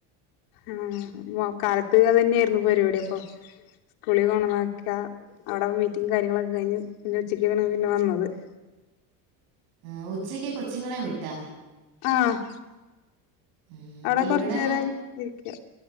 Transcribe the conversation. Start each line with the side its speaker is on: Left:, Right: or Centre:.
Left: ആഹ് വാ കാലത്ത് അത് തന്നെയായിരുന്നു പരിപാടി അപ്പൊ. സ്കൂളിൽ കോണ്ടന്നാക്കിയ അവിടെ മീറ്റിംഗ് കാര്യങ്ങളൊക്കെ കഴിഞ്ഞ് പിന്നെ ഉച്ചക്കാണ് പിന്നെ വന്നത്. <inaudible>
Right: ആഹ് ഉച്ചക്ക് കൊച്ചുങ്ങളേം വിട്ടാ?
Left: ആഹ്
Right: ഉം
Left: അവിടെ
Right: ഇവിടെ
Left: കൊറച്ചു നേേരം വിരിക്ക.